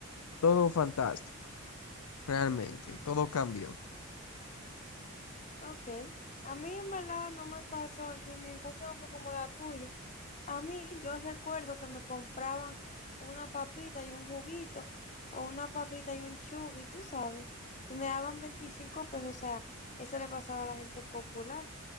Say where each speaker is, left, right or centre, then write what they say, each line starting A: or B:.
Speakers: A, on the left; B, on the left.
A: Todo fantástico, realmente. Todo cambió.
B: Ok. A mí en verdad no me pasó. Yo, mi infancia no fue como la tuya. A mí yo recuerdo que me compraban una papita y un juguito o una papita y un chubi, tú sabes. Y me daban 25 pesos. O sea, eso le pasaba a la gente popular.